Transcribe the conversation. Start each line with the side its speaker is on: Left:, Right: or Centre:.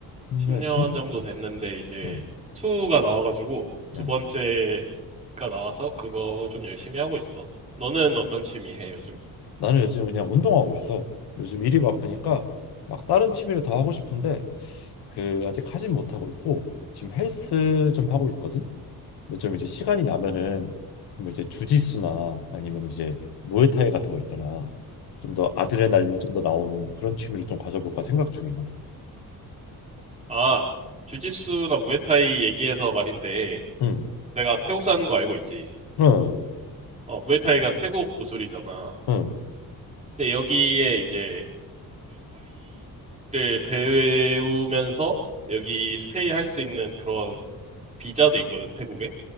Left: 10년,
Right: 10년
Left: 10년.
Right: 정도 됐는데 이제
Left: 응,
Right: 2가 나와가지고 두
Left: 응.
Right: 번째가 나와서 그거 좀 열심히 하고 있어. 너는 어떤 취미 해 요즘?
Left: 나는 요즘 그냥 운동하고 있어. 요즘 일이 바쁘니까 막 다른 취미를 다 하고 싶은데 그 아직 하진 못하고 있고 지금 헬스 좀 하고 있거든. 근데 좀 이제 시간이 나면은 뭐 이제 주짓수나 아니면 이제 무에타이 같은 거 있잖아. 좀 더 아드레날린 좀 더 나오는 그런 취미를 좀 가져볼까 생각 중이야.
Right: 아, 주짓수나 무에타이 얘기해서 말인데
Left: 응.
Right: 내가 태국 사는 거 알고 있지.
Left: 응.
Right: 어, 무에타이가 태국 무술이잖아.
Left: 응.
Right: 근데 여기에 이제 무에타이를 배우면서 여기 스테이 할 수 있는 그런 비자도 있거든, 태국에.